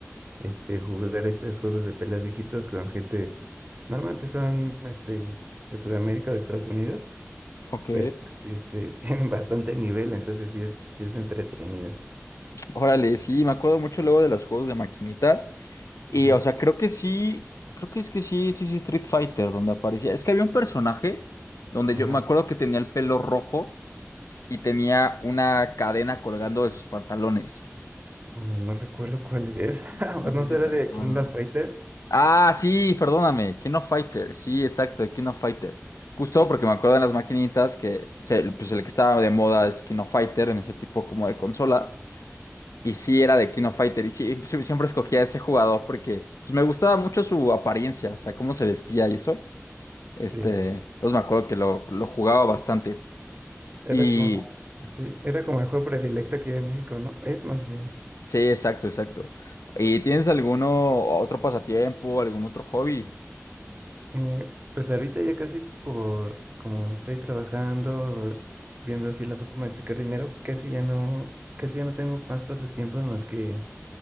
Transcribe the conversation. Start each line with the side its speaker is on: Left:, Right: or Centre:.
Right: este, jugar estos juegos de peleas viejitos con gente, normalmente son este, de Sudamérica o de Estados Unidos,
Left: ok.
Right: pero pues, este, <laughs> tienen bastante nivel, entonces sí es, sí es entretenido.
Left: Órale, sí, me acuerdo mucho luego de los juegos de maquinitas. Y,
Right: Ujú,
Left: o sea, creo que sí, creo que es que sí, sí, sí, Street Fighter, donde aparecía. Es que había un personaje donde
Right: Ajá.
Left: yo me acuerdo que tenía el pelo rojo y tenía una cadena colgando de sus pantalones.
Right: No, no recuerdo cuál es. <laughs>
Left: No sé
Right: ¿No será
Left: si te
Right: de
Left: acuerdas.
Right: King of Fighter?
Left: Ah, sí, perdóname, King of Fighter, sí, exacto, de King of Fighter. Justo porque me acuerdo de las maquinitas que se- pues el que estaba de moda es King of Fighter en ese tipo como de consolas. Y sí era de King of Fighter y sí, sí, siempre escogía a ese jugador porque pues, me gustaba mucho su apariencia, o sea, cómo se vestía y eso. Este,
Right: Sí.
Left: entonces me acuerdo que lo, lo jugaba bastante.
Right: Era
Left: Y
Right: como, sí, era como el juego predilecto aquí de México, ¿no? Es más bien.
Left: sí, exacto, exacto. ¿Y tienes alguno otro pasatiempo, algún otro hobby?
Right: Eh, pues ahorita ya casi por como estoy trabajando, eh, viendo así la forma de sacar dinero, casi ya no, casi ya no tengo más pasatiempos más que